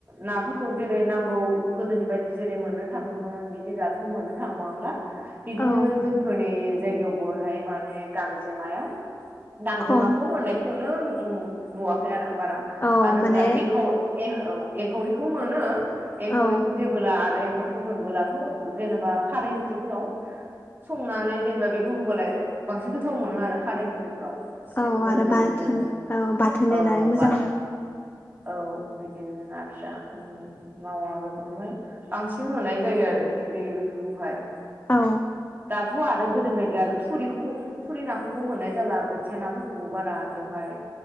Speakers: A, on the right; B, on the left.
A: नाफोरखौ जेरै नां गौ गोदोनि बायदि जेरै मोननो थाङोमोन बिदि दाथ' मोननो थांबांला । बिदिनो
B: औ
A: जोंफोरनि जायगायावबोहाय माने गांजेमाया गांजेमाखौ
B: खम
A: मोननायखौनो नु-नुवाखै आरो आ बारा
B: औ
A: मानो होनब्ला
B: माने
A: एंखाव ए औ एंखावरिखौ मोनो । एंखावरिखौ
B: औ
A: जेबोला आरो एंखावरिखौ मोनबोलाथ' जेनेबा खारै ओंख्रिफोराव संनानै जेनेबा बेखौ होबालाय बांसिन गोथाव मोनो आरो खारै ओंख्रि फ्राव एसे
B: औ
A: मोदोमनायबो
B: आरो बाथोन
A: मोनो आरो
B: औ बाथोन देनानै
A: औ
B: मोजां
A: बा औ बिदिनो ना फिसा उम्म । मावा बेफोरखौहाय बांसिन मोननाय जायो आरो फिथिख्रि बेफोरखौहाय ।
B: औ
A: दाथ' आरो गोदोनि बायदि आरो थुरिखौबो थुरि नाखौबो मोननाय जाला बो थियानाफोरखौबो बारा बेवहाय